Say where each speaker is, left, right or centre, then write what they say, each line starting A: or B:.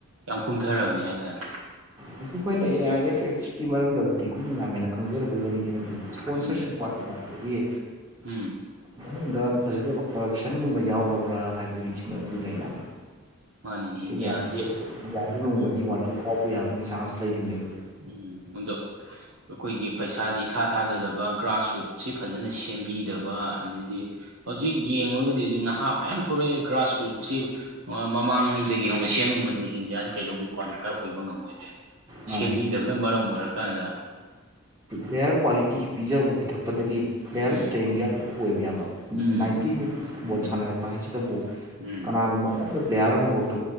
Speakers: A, on the right; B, on the right.
A: ꯌꯥꯝ ꯀꯨꯝꯊꯔꯕꯅꯦ ꯍꯥꯏꯇꯥꯔꯦ
B: ꯃꯁꯤ ꯑꯩꯈꯣꯏꯅ ꯑꯦ ꯑꯥꯏ ꯑꯦꯐ ꯑꯦꯐꯁꯀꯤ ꯃꯔꯝꯗꯕꯨꯗꯤ ꯑꯩꯈꯣꯏꯅ ꯌꯥꯝ ꯍꯦꯟꯅ ꯈꯪꯖꯔꯨꯕꯒꯤ ꯋꯥꯔꯤꯗꯤ ꯍꯥꯏꯗꯤ ꯏꯁꯄꯣꯟꯁꯔꯁꯤꯞ
A: ꯎꯝ
B: ꯋꯥꯠ ꯌꯦ
A: ꯎꯝ
B: ꯃꯅꯨꯡꯗ ꯐꯖꯗꯕ ꯀꯔꯞꯁꯟꯒꯨꯝꯕ ꯌꯥꯎꯔꯕ꯭ꯔꯥ ꯍꯥꯏꯕꯒꯤ ꯆꯤꯡꯅꯕꯗꯨ ꯂꯩ ꯌꯥꯝꯕ
A: ꯃꯥꯅꯤꯅꯦ
B: ꯁꯤ
A: ꯏꯟꯗꯤꯌꯥꯁꯦ
B: ꯃꯌꯥꯝꯁ ꯏꯟꯗꯤꯌꯥꯁꯨ ꯅꯣꯡꯃꯗꯤ
A: ꯎꯝ
B: ꯋꯥꯔꯜ ꯀꯞ ꯐꯥꯎꯕ ꯌꯥꯕꯒꯤ ꯆꯥꯟꯁ ꯂꯩꯔꯤꯕꯅꯦꯕ
A: ꯎꯝ ꯍꯖ ꯑꯩꯈꯣꯏꯒꯤ ꯄꯩꯁꯥꯁꯦ ꯏꯊꯥ ꯊꯥꯗꯗꯕ ꯒ꯭ꯔꯥꯁꯔꯨꯠꯁꯤ ꯐꯖꯅ ꯁꯦꯝꯕꯤꯗꯕ ꯑꯗꯩꯗꯤ ꯍꯧꯖꯤꯛ ꯌꯦꯡꯂꯨꯔꯒꯗꯤ ꯍꯧꯖꯤꯛ ꯅꯍꯥ ꯃꯌꯥꯝ ꯊꯣꯛꯂꯛꯑꯦ ꯒ꯭ꯔꯥꯁꯔꯨꯠꯁꯤ ꯃꯃꯥꯡꯉꯩꯗꯒꯤ ꯍꯧꯅ ꯁꯦꯝꯃꯤꯃꯗꯤ ꯏꯟꯗꯤꯌꯥ ꯀꯩꯗꯧꯕꯒꯤ ꯀ꯭ꯋꯥꯂꯤꯐꯥꯏ ꯑꯣꯏꯕ ꯉꯝꯃꯣꯏꯗꯣꯏ
B: ꯃꯥꯅꯦ
A: ꯁꯦꯝꯕꯤꯗꯕꯅ ꯃꯔꯝ ꯑꯣꯏꯔꯀꯥꯟꯗ
B: ꯄꯦꯌꯔ ꯀ꯭ꯋꯥꯂꯤꯇꯤ ꯄꯤꯖꯕ ꯄꯤꯊꯛꯄꯗꯒꯤ ꯄ꯭ꯂꯦꯌꯔ
A: ꯎꯝ
B: ꯏꯁꯇ꯭ꯔꯦꯡꯁꯦ ꯑꯣꯏꯕ ꯌꯥꯝꯕ
A: ꯎꯝ
B: ꯅꯥꯏꯟꯇꯤ ꯃꯤ ꯕꯣꯜ ꯁꯥꯟꯅꯔꯛꯄ ꯍꯥꯏꯁꯤꯗꯕꯨ
A: ꯎꯝ
B: ꯀꯅꯥꯒꯨꯝꯕ ꯄ꯭ꯂꯦꯌꯥꯔ ꯑꯃꯕꯧꯇ